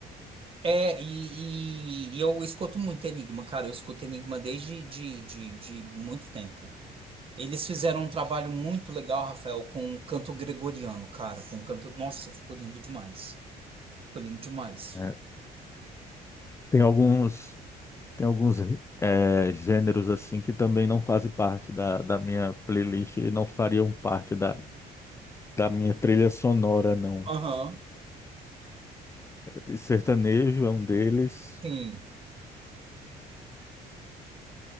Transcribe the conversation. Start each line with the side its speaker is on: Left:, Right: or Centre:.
Right: É, e, e- e eu escuto muito Enigma, cara. Eu escuto Enigma desde de, de, de muito tempo. Eles fizeram um trabalho muito legal, Rafael, com o canto gregoriano, cara. Com o canto. Nossa, ficou lindo demais. Ficou lindo demais.
Left: É. Tem alguns, tem alguns é, gêneros assim que também não fazem parte da, da minha playlist e não fariam parte da, da minha trilha sonora, não.
Right: Aham,
Left: E Sertanejo é um deles.
Right: sim.